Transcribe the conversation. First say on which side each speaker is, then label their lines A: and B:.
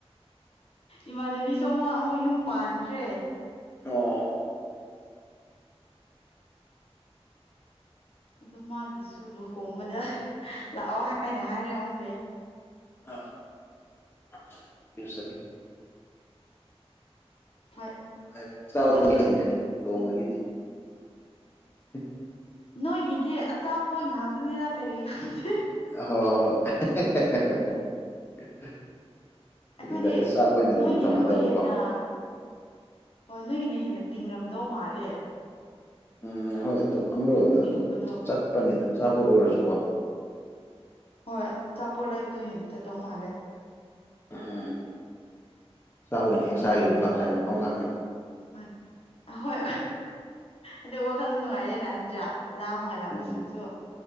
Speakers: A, on the left; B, on the left.
A: ꯏꯃꯥꯟꯅꯕꯤꯁꯨ ꯑꯃꯨꯛ ꯑꯃꯨꯛ ꯌꯨꯝ ꯄꯥꯟꯈ꯭ꯔꯦ
B: ꯑꯣ
A: ꯑꯗꯨ ꯃꯥꯒꯤꯁꯨ ꯂꯨꯍꯣꯡꯕꯗ ꯂꯥꯛꯑꯣ ꯍꯥꯏꯅ ꯍꯥꯏꯔꯦ ꯑꯃꯨꯛ ꯂꯩ
B: ꯑꯥ ꯆꯠꯄꯤꯌꯨ ꯆꯠ
A: ꯍꯣꯏ
B: ꯅꯨꯉꯥꯏꯕꯅꯦ
A: ꯃꯣꯏꯁꯨ
B: <unintelligible> <inaudible>
A: ꯅꯣꯏꯒꯤꯗꯤ ꯑꯆꯥꯄꯣꯠ ꯉꯥꯛꯇꯅꯤꯅ ꯀꯔꯤ ꯈꯪꯗꯦ
B: ꯍꯣꯏ ꯍꯣꯏ ꯑꯩꯈꯣꯏꯅ <inaudible>
A: ꯑꯈꯣꯏꯗꯤ
B: ꯗꯥꯏꯔꯦꯛ ꯆꯥꯛ ꯑꯣꯏꯅꯗꯤ
A: ꯅꯣꯏꯒꯤꯅꯀꯣ
B: ꯇꯧꯅꯗꯕꯀꯣ
A: ꯍꯦꯟꯅ ꯍꯣꯏ ꯅꯣꯏꯒꯤꯅ ꯍꯦꯟꯅ ꯇꯤꯡꯉꯝꯗꯧ ꯃꯥꯜꯂꯦ
B: ꯎꯝ ꯍꯣꯏ ꯑꯗꯨ ꯑꯃꯔꯣꯝꯗ
A: ꯇꯤꯡꯕꯗꯣ
B: ꯑꯗꯨꯝ ꯆꯠꯄꯅꯤꯗ ꯑꯆꯥꯄꯣꯠ ꯑꯣꯏꯔꯁꯨꯀꯣ
A: ꯍꯣꯏ ꯑꯆꯥꯄꯣꯠ ꯂꯩꯕꯗꯣ ꯍꯦꯟꯅ ꯆꯠꯇꯧ ꯃꯥꯜꯂꯦ
B: ꯎꯝ ꯆꯥꯛ ꯑꯣꯏꯅ ꯍꯦꯛ ꯆꯥꯈꯤꯕꯅ ꯐꯕꯖꯥꯅꯤ ꯃꯐꯝ ꯈꯪꯅ
A: ꯍꯣꯏ ꯍꯣꯏ ꯑꯗꯣ ꯋꯥꯈꯜꯁꯨ ꯅꯨꯡꯉꯥꯏꯔꯦꯅ ꯅꯠꯇ꯭ꯔꯥ ꯂꯥꯝꯃꯒ ꯂꯥꯛꯄꯁꯤꯡꯁꯨ
B: ꯎꯝ